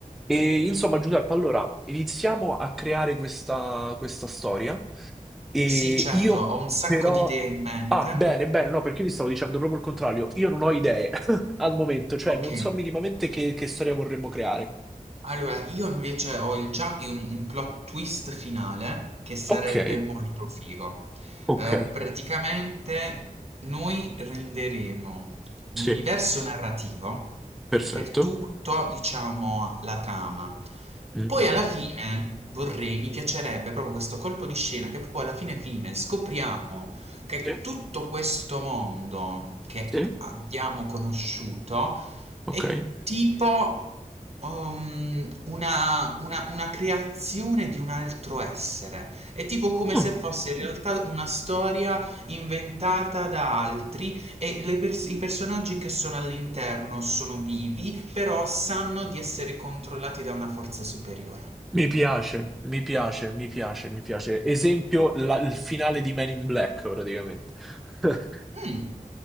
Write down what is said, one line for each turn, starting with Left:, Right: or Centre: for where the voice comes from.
Centre: E insomma, Giuseppe, allora iniziamo a creare questa, questa storia. E
Right: Sì certo,
Centre: io
Right: ho un sacco
Centre: però.
Right: di idee in mente.
Centre: Ah, bene, bene, no, perché io ti stavo dicendo proprio il contrario. Io non ho idee <laughs> al momento, cioè
Right: Ok.
Centre: non so minimamente che, che storia vorremmo creare.
Right: Allora, io invece ho il- già un, un plot twist finale che sarebbe
Centre: Ok,
Right: molto figo.
Centre: ok,
Right: Eh, praticamente noi renderemo un
Centre: sì,
Right: universo narrativo
Centre: perfetto.
Right: per tutto, diciamo, la trama.
Centre: Mm,
Right: Poi alla fine vorrei, mi piacerebbe proprio questo colpo di scena che poi alla fine fine scopriamo che
Centre: Sì,
Right: tutto questo mondo che
Centre: sì,
Right: abbiamo conosciuto
Centre: ok.
Right: è tipo um, una, una- una creazione di un altro essere. È tipo come
Centre: Ah.
Right: se fosse in realtà una storia inventata da altri e le pers- i personaggi che sono all'interno sono vivi, però sanno di essere controllati da una forza superiore.
Centre: Mi piace, mi piace, mi piace, mi piace. Esempio, la- il finale di Men in Black, praticamente. <laughs>
Right: Mm.